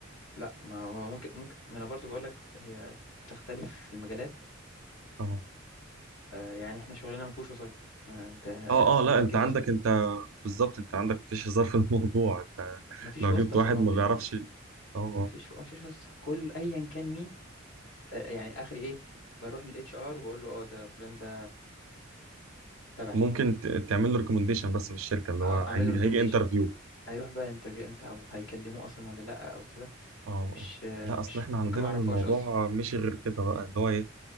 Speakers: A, on the left; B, on the right.
A: لا ما هو ممكن ممكن ما انا برضو بقولك هي تختلف في المجالات
B: اه
A: آه يعني احنا شغلنا ما فيهوش وسايط ما انت
B: اه
A: اصل
B: اه لا
A: انت هتجيب
B: انت عندك
A: واسطه
B: انت بالظبط انت عندك مفيش هزار في <laughs> الموضوع انت
A: ما فيش
B: لو
A: واسطه
B: جبت
A: في
B: واحد
A: الموضوع
B: ما بيعرفش
A: يعني
B: اه آه.
A: ما فيش ما فيش واسطه كل ايا كان مين آه يعني اخري ايه بروح للاتش ار وبقول له اه ده فلان ده تبعي
B: ممكن ت- تعمل له ريكومنديشن بس في الشركه اللي
A: اه
B: هو
A: اعمل له ريكومنديشن
B: هيجي انترفيو
A: هيروح بقى انترفيو امتى او هيكلموه اصلا ولا لا او كده
B: اه آه.
A: مش آه
B: لا
A: مش
B: اصل احنا عندنا
A: ممكن ما اعرفهاش
B: الموضوع
A: اصلا
B: مش غير كده بقى اللي هو ايه